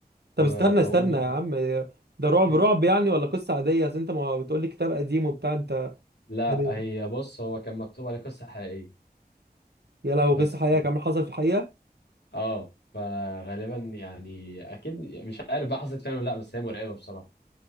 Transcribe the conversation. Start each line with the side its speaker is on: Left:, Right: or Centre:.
Right: طب
Left: مكونه
Right: استنى استنى يا عم ده رعب
Left: إيه؟
Right: رعب يعني ولا قصة عادية اصل انت ما بتقولي كتاب قديم وبتاع انت
Left: لا
Right: يعني
Left: هي بص هو كان مكتوب عليه قصه حقيقيه
Right: يا لهو
Left: بس
Right: قصة حقيقية كمان حصل في حقيقة
Left: اه فغالبا يعني اكيد مش عارف بقى حصلت فعلا ولا لا بس هي مرعبه بصراحه